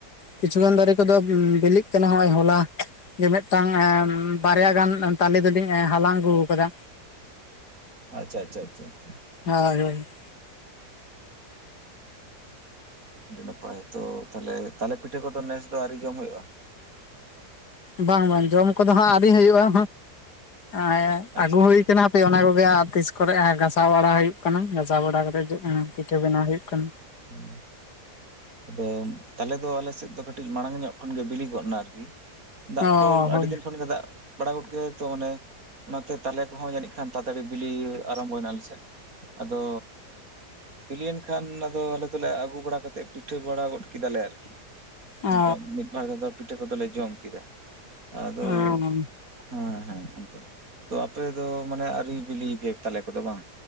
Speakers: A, on the left (about 75°); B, on the right (about 55°).
A: ᱠᱤᱪᱷᱩ ᱜᱟᱱ ᱫᱟᱨᱮ ᱠᱚᱫᱚ ᱵᱤᱞᱤᱜ ᱠᱟᱱᱟ ᱦᱚᱸᱜᱼᱚᱭ ᱦᱚᱞᱟ ᱡᱮ, ᱢᱤᱫᱴᱟᱝ ᱵᱟᱨᱭᱟ ᱜᱟᱱ ᱛᱟᱞᱮ ᱫᱚᱞᱤᱧ ᱦᱟᱞᱟᱝ ᱟᱹᱜᱩ ᱟᱠᱟᱫᱟ᱾
B: ᱟᱪᱪᱷᱟ ᱟᱪᱪᱷᱟ ᱟᱪᱪᱷᱟ ᱟᱷᱟ᱾
A: <unintelligible>
B: ᱟᱹᱰᱤ ᱱᱟᱯᱟᱭ ᱛᱚ, ᱛᱟᱦᱚᱞᱮ ᱛᱟᱞᱮ ᱯᱤᱴᱷᱟᱹ ᱠᱚᱫᱚ ᱱᱮᱥ ᱫᱚ ᱟᱹᱣᱨᱤ ᱡᱚᱢ ᱦᱩᱭᱩᱜ-ᱟ?
A: ᱵᱟᱝ ᱵᱟᱝ ᱡᱚᱢ ᱠᱚᱫᱚ ᱦᱟᱸᱜ ᱟᱹᱣᱨᱤ ᱦᱩᱭᱩᱜ-ᱟ, ᱮᱸ
B: ᱟᱪᱪᱷᱟ
A: ᱟᱹᱜᱩ ᱦᱩᱭ ᱮ ᱦᱟᱯᱮᱱᱟ ᱦᱟᱯᱮ ᱚᱱᱟ ᱠᱚᱜᱮ ᱛᱤᱥ ᱠᱚᱨᱮ ᱜᱷᱟᱥᱟᱣ ᱵᱟᱲᱟ ᱦᱩᱭᱩᱜ ᱠᱟᱱᱟ, ᱜᱷᱟᱥᱟᱣ ᱵᱟᱲᱟ ᱠᱟ ᱦᱤᱡᱩ ᱟᱢ ᱯᱤᱴᱷᱟᱹ ᱵᱮᱱᱟᱣ ᱦᱩᱭᱩᱜ ᱠᱷᱟᱱ᱾
B: ᱦᱩᱸ᱾ ᱟᱫᱚ ᱛᱟᱞᱮ ᱫᱚ ᱟᱞᱮ ᱥᱮᱫ ᱫᱚ ᱠᱟᱹᱴᱤᱡ ᱢᱟᱲᱟᱝ ᱧᱚᱜ ᱠᱷᱚᱱ ᱜᱮ ᱵᱤᱞᱤᱜᱚᱫ ᱮᱱᱟ ᱟᱨᱠᱤ᱾ ᱫᱟᱜ
A: ᱚ
B: ᱠᱚ ᱟᱹᱰᱤ
A: ᱦᱳᱭ
B: ᱫᱤᱱ ᱠᱷᱚᱱ ᱜᱮ ᱫᱟᱜ ᱵᱟᱲᱟ ᱜᱚᱫ ᱜᱮᱟᱭ ᱛᱚ ᱚᱱᱮ, ᱚᱱᱟᱛᱮ ᱛᱟᱞᱮ ᱠᱚᱦᱚᱸ ᱡᱟᱹᱱᱤᱡ ᱠᱷᱟᱱ ᱛᱟᱲᱛᱟᱲᱤ ᱵᱤᱞᱤ ᱟᱨᱟᱢᱵᱚᱭᱮᱱᱟ ᱟᱞᱮ ᱥᱮᱫ᱾ ᱟᱫᱚ ᱵᱩᱞᱤᱭᱮᱱ ᱠᱷᱟᱱ ᱟᱫᱚ ᱟᱞᱮ ᱫᱚᱞᱮ ᱟᱹᱜᱩ ᱵᱟᱲᱟ ᱠᱟᱛᱮ ᱯᱤ ᱯᱤᱴᱷᱟᱹ ᱵᱟᱲᱟ ᱜᱚᱫ ᱠᱮᱫᱟ ᱞᱮ ᱟᱨᱠᱤ, ᱚᱱᱠᱟ
A: ᱚ
B: ᱢᱤᱫ ᱵᱟᱨ ᱫᱷᱟ ᱫᱚ᱾ ᱯᱤᱴᱷᱟᱹ ᱠᱚᱫᱚ ᱞᱮ ᱡᱚᱢ ᱠᱮᱫᱟ, ᱟᱫᱚ
A: ᱚ
B: ᱦᱮᱸ ᱦᱮᱸ, ᱚᱱᱠᱟ ᱛᱚ ᱟᱯᱮ ᱫᱚ ᱢᱟᱱᱮ ᱟᱹᱣᱨᱤ ᱵᱤᱞᱤ ᱟᱯᱮ ᱛᱟᱞᱮ ᱠᱚᱫᱚ ᱵᱟᱝ?